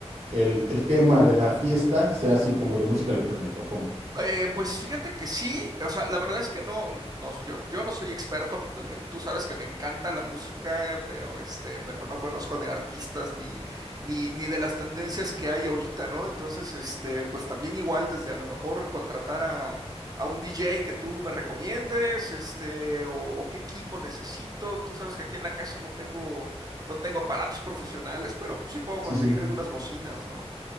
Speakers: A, on the right; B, on the right.
A: el, el tema de la fiesta sea así como de música electrónica? o ¿Cómo?
B: Eh, pues fíjate que sí, o sea, la verdad es que no, no yo, yo no soy experto, pero tú sabes que me encanta la música, pero este, pero no conozco de artistas ni, ni, ni de las tendencias que hay ahorita, ¿no? Entonces, este, pues también igual desde a lo mejor contratar a, a un DJ que tú me recomiendes, este, o, o qué equipo necesito. Tú sabes que aquí en la casa no tengo, no tengo aparatos profesionales, pero pues sí puedo
A: Sí,
B: conseguir
A: sí,
B: algunas bocinas, ¿no?